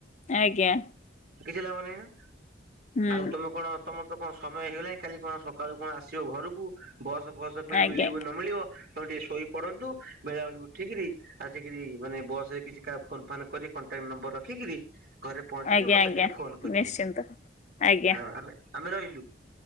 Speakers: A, on the left; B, on the right.
A: ଆଜ୍ଞା।
B: କିଛି ଲାଭ ନାହିଁ ନା
A: ହୁଁ।
B: ଆଉ ତମେ କଣ ତମ। କଣ ସମୟ ହେଇଗଲାଣି କାଲି କଣ ସକାଳୁ କଣ ଆସିବ ଘରକୁ ବସ ଫସ ଫଣି
A: ଆଜ୍ଞା
B: ମିଳିବ ନ ମିଳିବ। ତଣ ଟିକେ ଶୋଇ ପଡନ୍ତୁ ମେଳା ବଳ ଉଠିକରି ଆସିକରି ମାନେ ବସ ରେ କିଛି କା ଫୋନ୍ ଫନ୍ କରି କଣ୍ଟାକ୍ଟ ନମ୍ବର ରଖିକିରି। ଘରେ ପହଞ୍ଚିକି
A: ଆଜ୍ଞା
B: ମତେ
A: ଆଜ୍ଞା
B: ଟିକେ ଫୋନ କରିବେ
A: ନିଶ୍ଚିନ୍ତ। ଆଜ୍ଞା
B: ହଁ ଆମେ ଆମେ ରହିଲୁ।